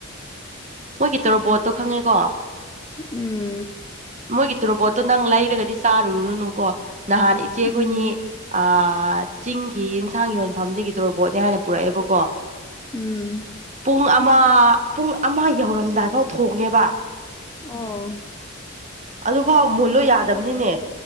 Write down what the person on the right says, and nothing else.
ꯃꯣꯏꯒꯤ ꯇꯣꯔꯣꯕꯣꯠꯇꯣ ꯈꯪꯉꯦꯀꯣ
ꯃꯣꯏꯒꯤ ꯇꯣꯔꯣꯕꯣꯠꯇꯣ ꯅꯪ ꯂꯩꯔꯒꯗꯤ ꯆꯥꯔꯨꯔꯅꯨꯀꯣ ꯅꯍꯥꯟ ꯏꯆꯦ
ꯈꯣꯏꯅꯤ ꯑ ꯆꯤꯡꯒꯤ ꯌꯤꯟꯁꯥꯡ ꯌꯣꯟꯐꯝꯗꯒꯤ ꯇꯣꯔꯕꯣꯠꯅꯦ ꯍꯥꯏꯅ ꯄꯨꯔꯛꯑꯦꯕꯀꯣ
ꯄꯨꯡ ꯑꯃ ꯄꯨꯡ ꯑꯃ ꯌꯧꯔꯝꯗꯥꯏꯐꯥꯎ ꯊꯣꯡꯉꯦꯕ
ꯑꯗꯨꯐꯥꯎ ꯃꯨꯜꯂꯣ ꯌꯥꯗꯕꯅꯤꯅꯦ